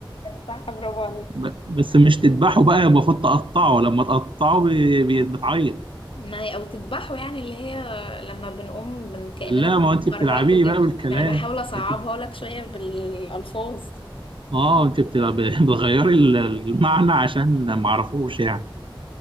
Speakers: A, on the left; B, on the right.
A: صح برافو عليك
B: ب- بس مش تذبحه بقى المفروض تقطعه لما تقطعه بي- بي- بتعيط
A: ما هي او تذبحه يعني اللي هي لما بنقوم بن... كأننا
B: لا
A: بنحرقه
B: ما انت بتلعبي لي
A: كده
B: بقى بالكلام
A: ما انا بحاول اصعبها
B: انت
A: لك شوية بالالفاظ
B: اه انت بتلعب <laughs> بتغيري ال- المعنى عشان ما اعرفوش يعني